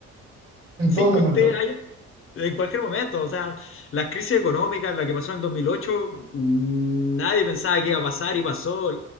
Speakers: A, on the right (about 35°); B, on the left (about 45°).
A: en
B: sin
A: todo momento,
B: que usted haya En cualquier momento, o sea, la crisis económica, la que pasó en el 2008, mm, nadie pensaba que iba a pasar y pasó.